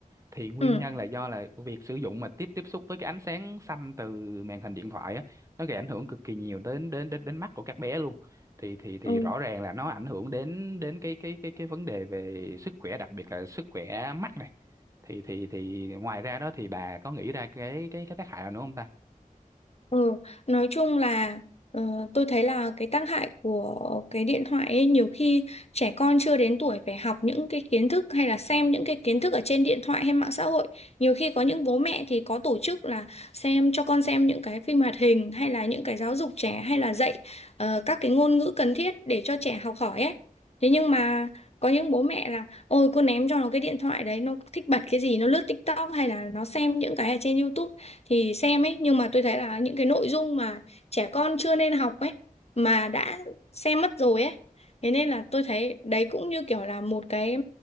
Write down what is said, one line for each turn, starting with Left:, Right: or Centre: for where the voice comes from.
Right: thì nguyên
Left: Ừ.
Right: nhân là do là việc sử dụng mà tiếp tiếp xúc với cái ánh sáng xanh từ màn hình điện thoại á nó gây ảnh hưởng cực kỳ nhiều đến đến đến đến mắt của các bé luôn thì thì thì
Left: Ừ.
Right: rõ ràng là nó ảnh hưởng đến đến cái cái cái cái vấn đề về sức khỏe đặc biệt là sức khỏe mắt này thì thì thì ngoài ra đó thì bà có nghĩ ra cái cái cái tác hại nào nữa không ta
Left: Ừ, nói chung là ờ, tôi thấy là cái tác hại của cái điện thoại ấy, nhiều khi trẻ con chưa đến tuổi phải học những cái kiến thức hay là xem những cái kiến thức ở trên điện thoại hay mạng xã hội. Nhiều khi có những bố mẹ thì có tổ chức là xem cho con xem những cái phim hoạt hình hay là những cái giáo dục trẻ hay là dạy ờ, các cái ngôn ngữ cần thiết để cho trẻ học hỏi ấy. Thế nhưng mà có những bố mẹ là ôi cô ném cho nó cái điện thoại đấy nó thích bật cái gì nó lướt TikTok hay là nó xem những cái ở trên YouTube thì xem ấy nhưng mà tôi thấy là những cái nội dung mà trẻ con chưa nên học ấy mà đã xem mất rồi ấy thế nên là tôi thấy đấy cũng như kiểu là một cái